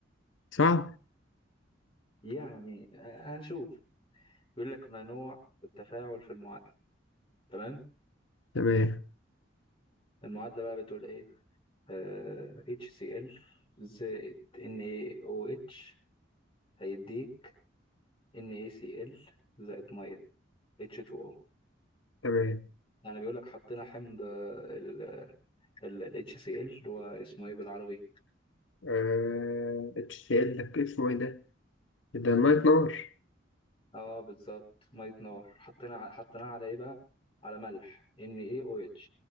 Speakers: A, on the left; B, on the left.
A: صح
B: يعني آه، هنشوف بيقول لك ما نوع التفاعل في المعادلة تمام
A: تمام
B: المعادلة بقى بتقول ايه آه HCl زائد NaOH هيديك NaCl زائد مية H2O
A: تمام
B: يعني بيقول لك حطينا حمض آه، ال ال ال HCl اللي هو اسمه ايه بالعربي
A: آه... اتشال لك اسمه ايه ده ده ميه نار
B: اه بالظبط مية نار حطينا ع- حطيناه على ايه بقى على ملح NaOH